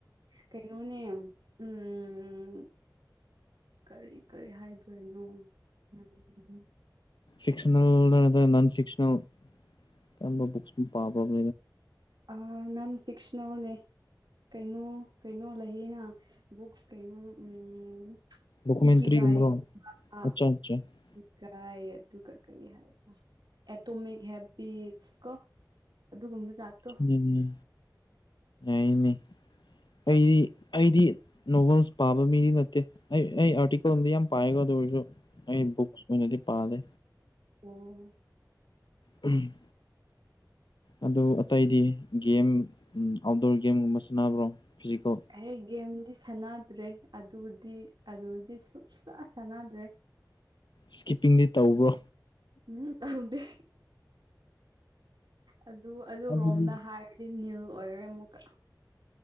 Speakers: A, on the right (about 70°); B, on the left (about 85°).
A: ꯀꯩꯅꯣꯅꯦ ꯎꯝ ꯀꯔꯤ ꯀꯔꯤ ꯍꯥꯏꯗꯣꯏꯅꯣ꯫ ꯎꯝ꯫
B: ꯐꯤꯛꯁꯅꯜꯔ ꯅꯠꯇ꯭ꯔ ꯅꯟ ꯐꯤꯛꯁꯅꯜ ꯀꯔꯝꯕ ꯕꯨꯛꯁꯄꯨ ꯄꯥꯕ꯭ꯔ꯫
A: ꯑ ꯅꯟ ꯐꯤꯛꯁꯅꯦꯜꯅꯦ ꯀꯩꯅꯣ ꯀꯩꯅꯣ ꯂꯩꯌꯦꯅ꯫ ꯕꯨꯛꯁ ꯀꯩꯅꯣ ꯎꯝ
B: ꯗꯣꯀꯨꯃꯦꯟꯇ꯭ꯔꯤꯒꯨꯝꯕꯔꯣ
A: ꯏꯀꯤꯒꯥꯏ ꯒꯨꯝꯕ꯫
B: <inaudible>
A: ꯀꯤꯒꯥꯏ ꯑꯗꯨꯒ ꯀꯔꯤ ꯍꯥꯏ ꯑꯦꯇꯣꯃꯤꯛ ꯍꯦꯕꯤꯠꯁ ꯀꯣ꯫ ꯑꯗꯨꯒꯨꯝꯕ ꯖꯥꯠꯇꯣ
B: ꯌꯥꯏꯅꯦ ꯑꯩꯗꯤ ꯑꯩꯗꯤ ꯅꯣꯕꯦꯜꯁ ꯄꯥꯕ ꯃꯤꯗꯤ ꯅꯠꯇꯦ ꯑꯩ ꯑꯩ ꯑꯥꯔꯇꯤꯀꯜꯗꯤ ꯌꯥꯝ ꯄꯥꯏꯀꫭ ꯗꯨ ꯑꯣꯏꯔꯁꯨ꯫ ꯑꯩ ꯕꯨꯛꯁ ꯑꫭꯏꯅꯗꯤ ꯄꯥꯗꯦ꯫
A: ꯑꫭ꯫
B: ꯎꯝ꯫ ꯑꯗꯨ ꯑꯇꯩꯗꯤ ꯒꯦꯝ ꯑꯥꯎꯠꯗꯣꯔ ꯒꯦꯝꯒꯨꯝꯕ ꯁꯥꯟꯅꯕ꯭ꯔꯣ ꯐꯤꯖꯤꯀꯜ꯫
A: ꯑꯩ ꯒꯦꯝꯗꯤ ꯁꯥꯟꯅꯗ꯭ꯔꯦ ꯑꯗꯨꯗꯤ ꯑꯗꯨꯗꯤ ꯁꯨꯡꯆꯁꯥ ꯁꯥꯟꯅꯗ꯭ꯔꯦ꯫
B: ꯁ꯭ꯀꯤꯞꯄꯤꯡꯗꯤ ꯇꯧꯕ꯭ꯔꯣ꯫
A: ꯎꯝ ꯇꯧꯗꯦ꯫ ꯑꯗꯨ ꯑꯗꯨꯔꯣꯝꯗ
B: ꯑꯗꯨꯗꯤ
A: ꯍꯥꯏꯔꯗꯤ ꯅꯤꯜ ꯑꯣꯏꯔꯦ ꯑꯃꯨꯛꯀ꯫